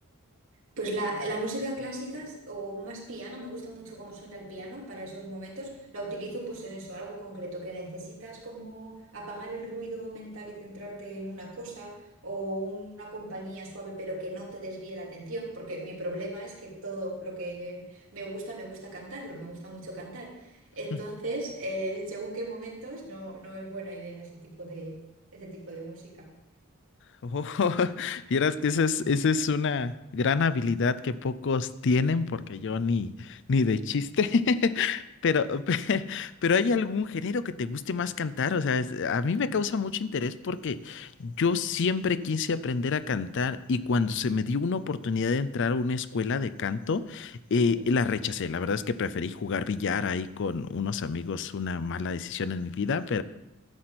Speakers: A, on the right (about 65°); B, on the left (about 60°).
A: Pues la, la música clásica es- o más piano, me gusta mucho cómo suena el piano para esos momentos. La utilizo pues en eso, algo concreto, que necesitas como apagar el ruido mental y centrarte en una cosa o una compañía suave pero que no te desvíe la atención, porque mi problema es que todo lo que me gusta, me gusta cantarlo, me gusta mucho cantar.
B: <laughs>
A: Entonces, eh, según qué momentos, no, no es buena idea ese tipo de, ese tipo de música.
B: Oh, <laughs> vieras que esa es, esa es una gran habilidad que pocos tienen, porque yo ni, ni de chiste. <laughs> Pero, pe- pero ¿hay algún género que te guste más cantar? O sea, es- a mí me causa mucho interés porque yo siempre quise aprender a cantar y cuando se me dio una oportunidad de entrar a una escuela de canto, eh,
A: Ujú.
B: la rechacé. La verdad es que preferí jugar billar ahí con unos amigos, una mala decisión en mi vida,